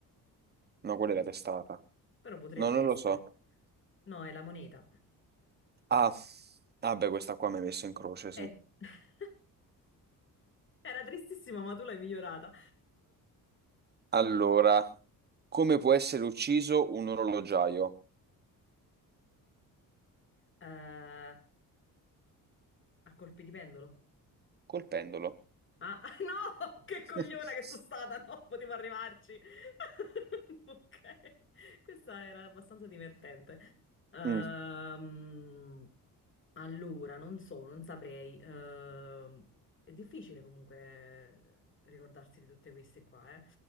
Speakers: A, on the right (about 30°); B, on the left (about 35°).
A: no, quella è la testata,
B: però potrebbe
A: no, non
B: essere.
A: lo so,
B: No, è la moneta.
A: ah, ah beh, questa qua mi hai messo in croce, sì.
B: Eh, <laughs> era tristissima, ma tu l'hai migliorata.
A: Allora, come può essere ucciso un orologiaio?
B: Eh, a colpi di pendolo.
A: Col pendolo.
B: Ah, <laughs> no! Che cogliona
A: <laughs>
B: che sono stata! No, potevo arrivarci. <laughs> Ok, questa era abbastanza divertente. Ehm,
A: Mm,
B: allora, non so, non saprei. Ehm, è difficile comunque ricordarsi di tutte queste qua, eh.